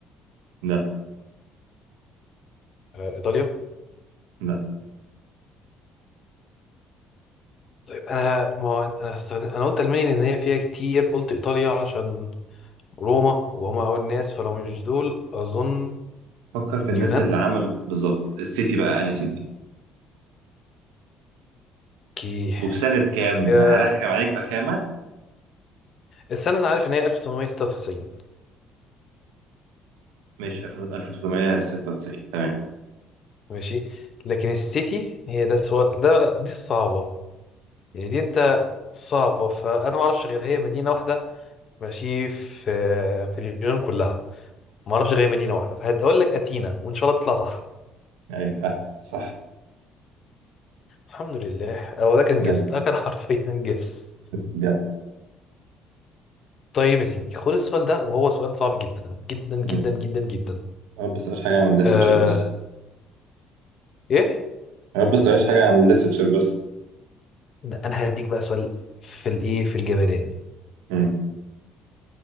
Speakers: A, on the right; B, on the left.
A: لا
B: آه ايطاليا
A: لا
B: طيب انا ما هو انا استخدم... انا قلت المانيا لان هي فيها كتير قلت ايطاليا عشان روما وهم أول ناس فلو مش دول أظن
A: فكر في الناس
B: اليونان
A: اللي عمل بالظبط السيتي بقى اي سيتي
B: كي
A: وفي سنة كام
B: انت كده
A: هرخم عليك رخامة
B: السنة أنا عارف إن هي 1896
A: مش 1996 تمام
B: ماشي لكن السيتي هي ده سو... ده دي الصعبة يعني دي أنت صعبة فأنا ما أعرفش غير هي مدينة واحدة ماشي في في اليونان كلها ما أعرفش غير هي مدينة واحدة فهقول لك أثينا وإن شاء الله تطلع صح
A: ايوه آه، صح
B: الحمد لله أو ده كان
A: جدع
B: جس ده كان <laughs> حرفيا جس
A: جدع
B: طيب يا سيدي خد السؤال ده وهو سؤال صعب جدا جدا جدا
A: <laughs> مم.
B: جدا جدا
A: يا رب بس مش حاجة عن الليترتشر
B: آه،
A: بس
B: ايه
A: يا رب بس مش حاجة عن الليترتشر بس
B: ده انا هديك بقى سؤال في الايه في الجمدان
A: مم.